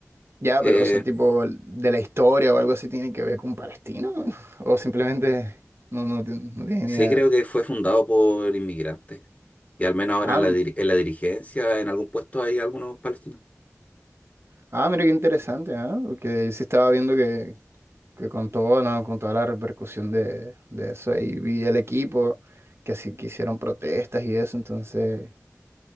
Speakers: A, on the right; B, on the left.
A: Ya,
B: Eh,
A: pero, o sea, tipo, de la historia o algo así tiene que ver con Palestino <laughs> o simplemente no, no, tien- no tienes
B: sí,
A: ni idea.
B: creo que fue fundado por inmigrantes. Y al menos ahora
A: Ah,
B: en
A: m-
B: la, dir- en la dirigencia, en algún puesto hay algunos palestinos.
A: ah, mira qué interesante, ¿ah? Porque yo sí estaba viendo que, que con todo, ¿no? Con toda la repercusión de, de eso, ahí vi el equipo, que así que hicieron protestas y eso, entonces.